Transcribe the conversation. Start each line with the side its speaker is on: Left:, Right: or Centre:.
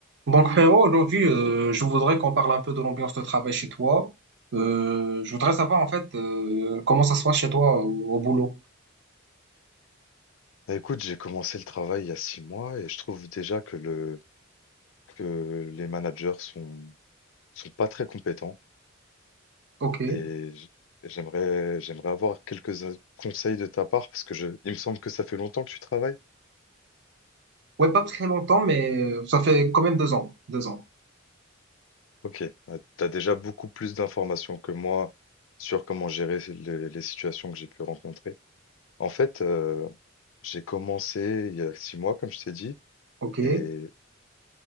Right: Donc, frérot, aujourd'hui, euh, je voudrais qu'on parle un peu de l'ambiance de travail chez toi. Euh, je voudrais savoir, en fait, euh, comment ça se passe chez toi au, au boulot.
Left: Bah, écoute, j'ai commencé le travail il y a six mois et je trouve déjà que le que les managers sont sont pas très compétents
Right: OK.
Left: et j- et j'aimerais j'aimerais avoir quelques a- conseils de ta part parce que je il me semble que ça fait longtemps que tu travailles.
Right: Ouais, pas très longtemps, mais euh, ça fait quand même deux ans. Deux ans.
Left: Ok, tu as déjà beaucoup plus d'informations que moi sur comment gérer les, les situations que j'ai pu rencontrer. En fait, euh, j'ai commencé il y a six mois, comme je t'ai dit,
Right: OK. Ouais.
Left: et